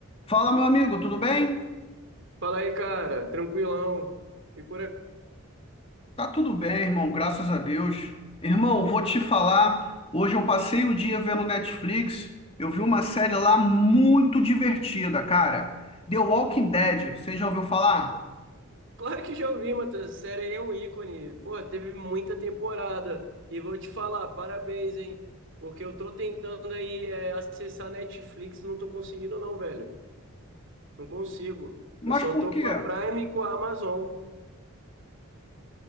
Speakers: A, on the left (about 25°); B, on the right (about 60°).
A: Fala, meu amigo, tudo bem?
B: Fala aí, cara, tranquilão. E por aí.
A: Tá tudo bem, irmão, graças a Deus. Irmão, vou te falar, hoje eu passei o dia vendo Netflix, eu vi uma série lá muito divertida, cara. The Walking Dead, você já ouviu falar?
B: Claro que já ouvi, Matheus. Essa série aí é um ícone. Pô, teve muita temporada. E vou te falar, parabéns, hein? Porque eu tô tentando aí é, acessar Netflix, e não tô conseguindo, não, velho. Não consigo.
A: Mas
B: Eu só
A: por
B: tô
A: quê?
B: com a Prime e com a Amazon.